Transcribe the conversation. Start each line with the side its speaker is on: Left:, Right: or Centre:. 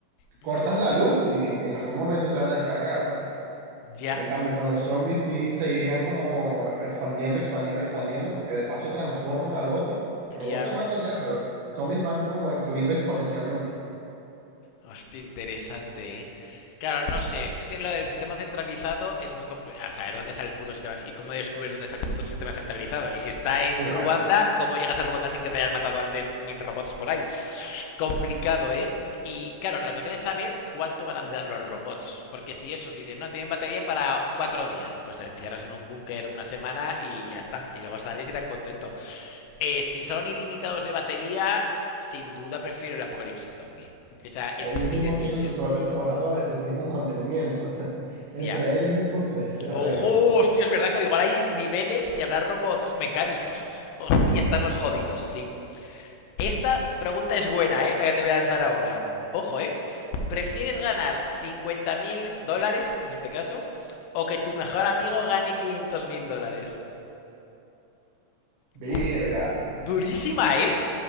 Left: Mm,
Right: cortas la luz y si en algún momento se van a descargar, pues.
Left: ya,
Right: En cambio, con los zombies sí seguirían como expandiendo, expandiendo, expandiendo, porque de paso transforman al otro. El robot
Left: ya.
Right: te mata y ya, pero zombies van como ex- subiendo exponencialmente.
Left: Hostia, interesante, ¿eh? Claro, no sé. Es que lo del sistema centralizado es muy complicado. A saber dónde está el puto sistema. ¿Y cómo descubres dónde está el puto sistema centralizado? Y si está en
Right: Sí, bueno.
Left: Ruanda, ¿cómo llegas a Ruanda sin que te hayan matado antes mil robots por ahí? complicado, ¿eh? Y claro, la cuestión es saber cuánto van a durar los robots. Porque si eso, si dices, no, tienen batería para cuatro días, pues te encierras en un búnker una semana y ya está. Y luego sales y tan contento. Eh, si son ilimitados de batería, sin duda prefiero el apocalipsis zombie. Esa es
Right: Ellos
Left: mi
Right: mismos
Left: decisión.
Right: tienen sus propios trabajadores, sus mismos mantenimientos. <laughs> Entre
Left: Ya. Yeah.
Right: ellos mismos se, se arreglan.
Left: Ojo, hostia, es verdad que igual hay niveles y habrá robots mecánicos. Hostia, estamos jodidos, sí. Esta pregunta es buena, ¿eh? La que te voy a lanzar ahora. Ojo, ¿eh? ¿Prefieres ganar 50 mil dólares, en este caso, o que tu mejor amigo gane 500 mil dólares?
Right: Verga.
Left: Boom. Durísima, ¿eh?